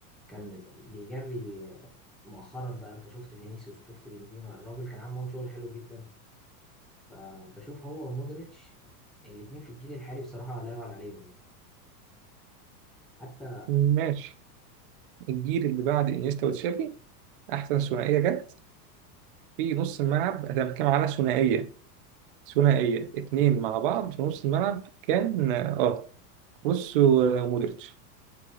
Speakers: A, in the centre; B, on the right.
A: كان بيجري آه، مؤخرا بقى أنت شفت فينيسيوس وشفت بنزيما الراجل كان عامل معاهم شغل حلو جدا آه، بشوف هو ومودريتش الاتنين في الجيل الحالي بصراحة لا يعلى عليهم يعني حتى
B: ماشي الجيل اللي بعد انيستا وتشافي احسن ثنائيه جت في نص الملعب انا بتكلم على ثنائيه ثنائيه اتنين مع بعض في نص الملعب كان اه بص و- ومودريتش